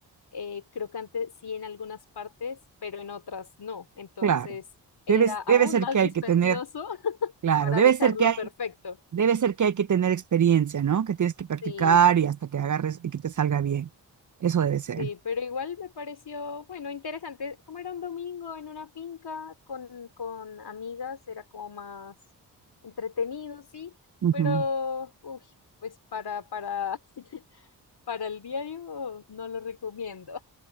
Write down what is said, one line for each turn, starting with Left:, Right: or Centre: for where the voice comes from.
Left: eh, crocante sí en algunas partes, pero en otras no. Entonces,
Right: Claro.
Left: era
Right: Debe,
Left: aún
Right: debe ser
Left: más
Right: que
Left: dispendioso
Right: hay que tener,
Left: <laughs>
Right: claro,
Left: para
Right: debe
Left: dejarlo
Right: ser que hay
Left: perfecto.
Right: Debe ser que hay que tener experiencia, ¿no? Que tienes que practicar
Left: Sí,
Right: y hasta que agarres y que te salga bien. Eso debe ser.
Left: Sí, pero igual me pareció, bueno, interesante. Como era un domingo en una finca con, con amigas, era como más entretenido, sí,
Right: Ujú.
Left: pero, uy, pues para, para, <laughs> para el diario no lo recomiendo.